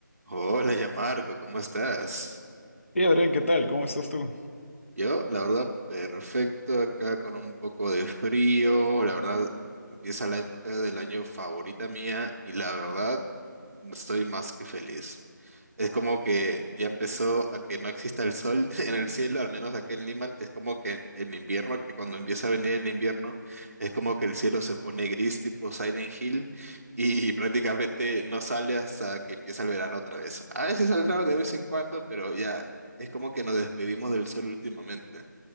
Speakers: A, on the right; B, on the left.
A: Hola, ya Marco, ¿cómo estás?
B: Y Adrián, ¿qué tal? ¿Cómo estás tú?
A: Yo, la verdad, perfecto acá con un poco de frío. La verdad, empieza la época del año favorita mía y la verdad, estoy más que feliz. Es como que ya empezó a que no exista el sol <laughs> en el cielo, al menos aquí en Lima, es como que en invierno, que cuando empieza a venir el invierno, es como que el cielo se pone gris tipo Silent Hill y <laughs> prácticamente no sale hasta que empieza el verano otra vez. A veces saldrá de vez en cuando, pero ya es como que nos despedimos del sol últimamente.